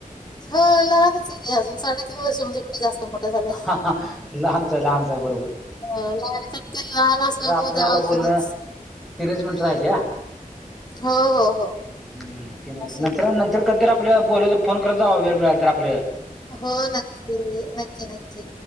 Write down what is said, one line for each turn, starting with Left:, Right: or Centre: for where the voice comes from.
Left: ह लहानच आहेे अजून साडेतीन वर्षे म्हणजे कुठे जास्त मोठा झालाय.
Centre: ह लहानच आहे लहानच आहे बरोबर
Left: अ, लहानच ते लहान असल्यामुळे
Centre: आपलं
Left: ते
Centre: आता
Left: अजूनच.
Centre: बोलण तीनच मिनिट
Left: हं.
Centre: राहिली या हम्म
Left: हो, हो, हो.
Centre: ते नंतर
Left: असू दे.
Centre: नंतर कातरा आपल्या बोलाय फोन करत जावा वेळ मिळाल तर आपल्याला
Left: हो नक्की नक्की नक्की